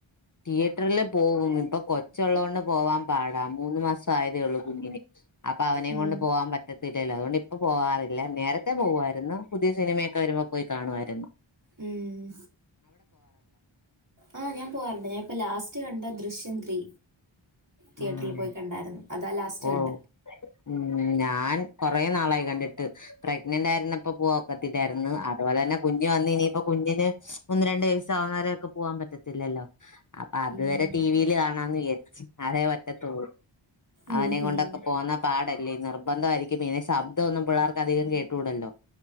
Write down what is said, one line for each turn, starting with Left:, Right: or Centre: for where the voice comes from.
Left: തിയേറ്റർല് പോവും, ഇപ്പൊ കൊച്ചൊള്ളത് കൊണ്ട് പോവാൻ പാടാ, മൂന്ന് മാസം ആയതേ ഉള്ളൂ കുഞ്ഞിന്. അപ്പൊ അവനെയും
Right: ഉം
Left: കൊണ്ട് പോവാൻ പറ്റത് ഇല്ലില്ല അതുകൊണ്ട് ഇപ്പ പോവാറില്ല, നേരത്തെ പോവായിരുന്നു, പുതിയ സിനിമയൊക്കെ വരുമ്പോ പോയി കാണുവായിരുന്നു
Right: ഉം ആ ഞാൻ പോവാറിണ്ട് ഞാൻ ഇപ്പൊ ലാസ്റ്റ് കണ്ട ദൃശ്യം ത്രീ തിയേറ്ററിൽ
Left: ആഹ്
Right: പോയി കണ്ടായിരുന്നു അതാ ലാസ്റ്റ്
Left: ഓ
Right: കണ്ടേ.
Left: ഉം ഞാൻ കൊറെ നാളായി കണ്ടിട്ട് പ്രഗ്നൻറായിരുന്നപ്പോ പോ പറ്റില്ലായിരുന്നു അതുപോലെ തന്നെ കുഞ്ഞ് വന്ന് ഇനിയിപ്പോ കുഞ്ഞിന് ഒന്ന് രണ്ടു വയസ്സും ആവും വരെ ഒക്കെ പോവാൻ പറ്റത്തില്ലല്ലോ. അപ്പൊ അതുവരെ
Right: ഉം
Left: ടിവിയില് കാണാന്ന് വിചാരിച്ചു. അതേ പറ്റത്തൂ, അവനേം
Right: ഉം
Left: കൊണ്ടൊക്കെ
Right: ഉം
Left: പോവുന്നേ പാട അല്ല നിർബന്ധമായിരിക്കും പിന്നെ ശബ്ദം ഒന്നും പിള്ളേർക്ക് അധികം കേട്ടൂടല്ലോ